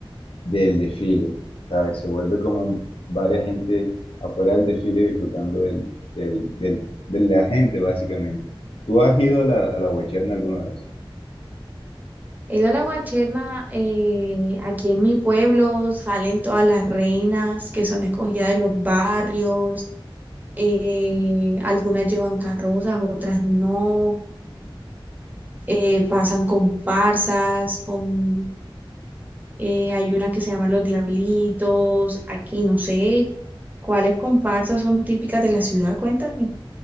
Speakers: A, on the left; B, on the right.
A: del desfile, ¿sabes? Se vuelve como un- varias gente afuera del desfile disfrutando del, del, del- de la gente, básicamente. ¿Tú has ido a la, a la Guacherna alguna vez?
B: He ido a la Guacherna, eh, aquí en mi pueblo salen todas las reinas que son escogidas de los barrios, eh, algunas llevan carrozas, otras no, eh, pasan comparsas, con eh, hay una que se llama Los Diablitos, aquí no sé cuáles comparsas son típicas de la ciudad, cuéntame.